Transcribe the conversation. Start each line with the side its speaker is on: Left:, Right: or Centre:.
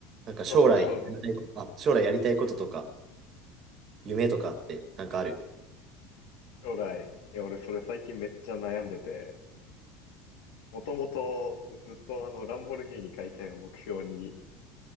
Right: なんか将来やりたいこと、
Left: ちょっとは将来、
Right: あ、将来やりたいこととか、夢とかって、なんかある。
Left: 将来、いや、俺それ最近めっちゃ悩んでて、もともとずっとあの、ランボルギーニ解体を目標に